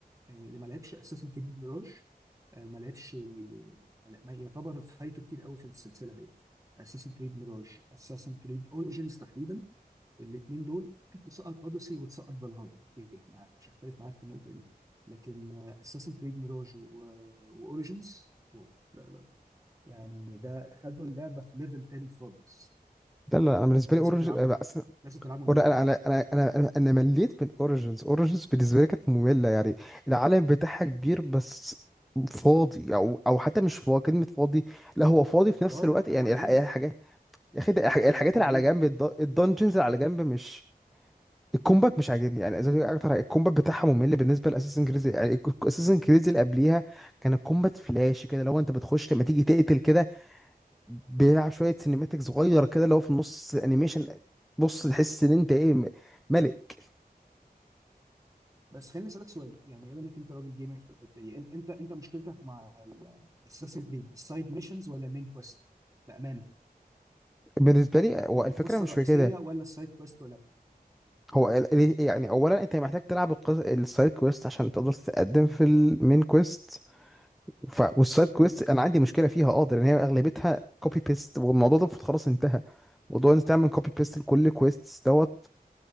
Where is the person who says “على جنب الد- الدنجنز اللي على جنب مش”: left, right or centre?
Centre